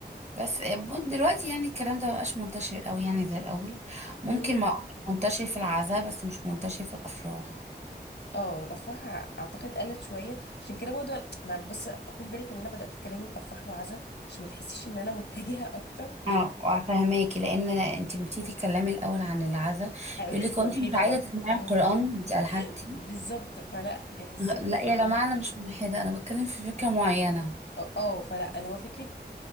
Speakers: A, on the right; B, on the left.
A: بس دلوقتي يعني الكلام ده مبقاش منتشر قوي يعني زي الاول ممكن
B: مم.
A: ما اقول منتشر في العزاء بس مش منتشر في الافراح
B: اه الافراح اعتقد قلت شويه عشان كده برضه انا أنا بس خدي بالك ان انا بدات كلامي بافراح وعزا عشان ما تحسيش ان انا متجهه اكتر
A: اه فهماكي لان انت بتيجي تتكلمي الاول عن العزاء
B: هيقولك
A: يقول لك
B: ملحدة
A: وانت مش عايزه
B: بقى
A: تسمعي
B: الملح-
A: القران انت الحدتي
B: بالظبط فلا بيحسك
A: لا يا
B: اللي
A: جماعه
B: هو
A: انا مش ملحده انا بتكلم في فكره معينه
B: اه آه، فلا اللي هو فكرة